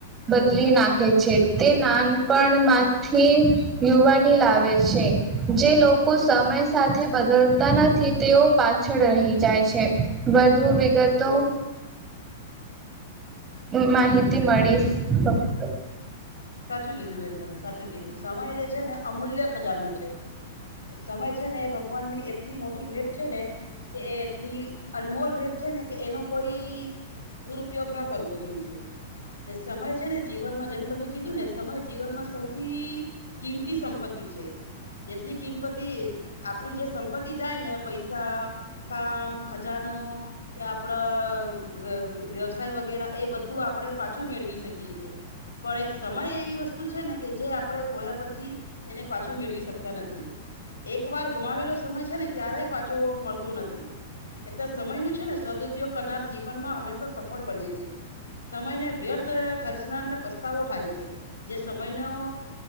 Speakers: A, on the right (about 25°); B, on the left (about 80°).
A: બદલી નાખે છે તે નાનપણ માં. થી યુવાની લાવે છે જે લોકો સમય સાથે બદલતા નથી. તેઓ પાછળ રહી જાય છે વધુ વિગતો. હ માહિતી મળીશ. ઓકે.
B: સાચું કીધું બેન તમે સાચું કીધું સમય જે છે ને અમૂલ્ય ખજાનો છે. સમય છે ને એ ભગવાન ની એટલી મોટી ભેટ છે ને કે એ. એટલી અનમોલ ભેટ છે ને કે એનો. કોઈ દુરુપયોગ ના કરવો જોઈએ જે સમય છે ને જીવનમાં જેમ તમે. કીધું ને સમય જીવનમાં સૌથી કિંમતી સંપત્તિ છે. જેટલી કિંમપતી આપડી જે સંપત્તિ જાય ને પૈસા. કામ ખજાનો. કે આપડા વ્યવસાય વગેરા એ બધું આપણે પાછું મેળવી શકીએ છીએ. પણ એક સમય એવી વસ્તુ છે ને કે જે આપણે ખોયા પછી. એને પાછું મેળવી શકતા નથી. એક વાર ગુમાવેલો સમય છે ને ક્યારેય પાછો મળતો નથી. એટલે સમય નું છે ને સદઉપયોગ કરનાર જીવનમાં હંમેશા સફળ બને છે. સમયને વ્યર્થ ખર્ચનારને પસ્તાવો થાય છે જે સમયનો.